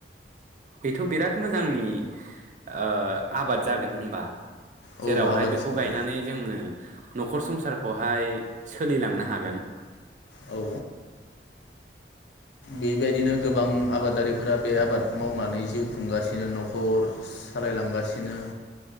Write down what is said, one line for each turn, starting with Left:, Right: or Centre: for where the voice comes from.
Right: बेथ बिराद मोजांनि ओ आबाद जागोन होनबा‌।
Left: औ
Right: जेरावहाय
Left: आबादनो
Right: बेखौ गायनानै जोङो। नखर संसारखौहाय सोलिलांनो हागोन।
Left: औ बेबायदिनो गोबां आबादारिफोरा बे आबादखौ मावनानै जिउ खुंगासिनो नखर सालायलांगासिनो